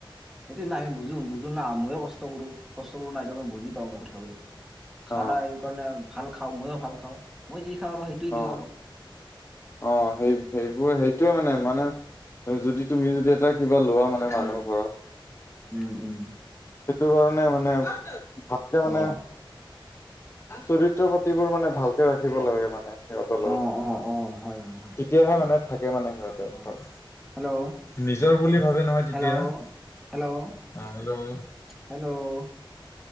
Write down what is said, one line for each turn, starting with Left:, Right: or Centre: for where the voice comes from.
Centre: সেইটো নাই আমি বুজো বুজো না ময়ো কষ্ট কৰো। কষ্ট কৰো নাই মই বুজি পাওঁ মই কথাবোৰ
Left: অ
Centre: খানা সেইটো কাৰণে ভাল খাওঁ মইয়ো ভাল খাওঁ। মই যি খাওঁ আৰু সেইটোৱেই
Left: অ
Centre: দিওঁ আৰু।
Left: অ সেই সেইবোৰ সেইটোৱে মানে মানে যদি তুমি যদি এটা কিবা লোৱা মানে মানুহ
Centre: উম
Left: ঘৰত।
Centre: উম উম।
Left: সেইটো কাৰণে মানে ভালকে মানে
Centre: অ
Left: চৰিত্ৰ পাতিবোৰ মানে ভালকে ৰাখিব লাগে মানে সিহঁতক।
Centre: অ অ অ, হয় হয়। হয়
Left: তেতিয়াহে মানে থাকে মানে সিহঁতে
Centre: অ
Left: ঘৰত।
Centre: হেল্ল'
Left: নিজৰ বুলি ভাবে নহয় তেতিয়া
Centre: হেল্ল'
Left: অ
Centre: হেল্ল'
Left: হ'লেও
Centre: হেল্ল'